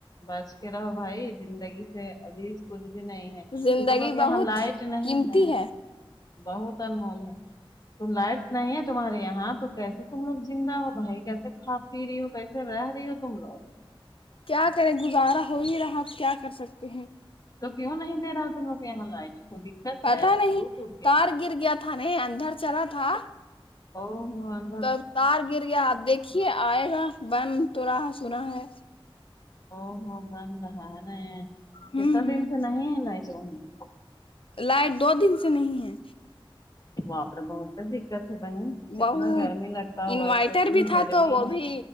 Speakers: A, on the left; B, on the left.
A: بس کے رہو بھائی زندگی سے ابھی کچھ بھی نہیں ہے
B: زندگی
A: تو تم لوگ یہاں
B: بہت
A: لائٹ نہیں
B: قیمتی
A: ہے بہت انمول ہے تو لائٹ نہیں ہے تمہارے یہاں تو کیسے تم لوگ زندہ ہو بھائی کیسے کھا پی رہی ہو کیسے رہ رہی ہو تم لوگ
B: کیا کریں گزارا ہو ہی رہا اب کیا کر سکتے ہیں
A: تو کیوں نہیں دے رہا تم لوگ کے یہاں لائٹ کوئی دقت
B: پتا
A: ہے کچھ
B: نہیں
A: ٹوٹ ٹوٹ گیا
B: تار
A: ہے
B: گر گیا تھا نے اندر چلا تھا
A: او ہو ہم
B: تو اب تار گر گیا آپ دیکھیے آئے گا بن تو رہا سنا ہے
A: او ہو بن رہا ہے نے
B: ہوں
A: کتنا دن سے نہیں ہے لائٹ وہا
B: لائٹ دو دن سے نہیں ہے
A: پاپ رے بہت دکت ہے بہن کتنا
B: بہت
A: گرمی لگتا ہوگا
B: انوائٹر
A: ایک تو اتنی
B: بھی تھا
A: گرمی
B: تو وہ
A: ہے
B: بھی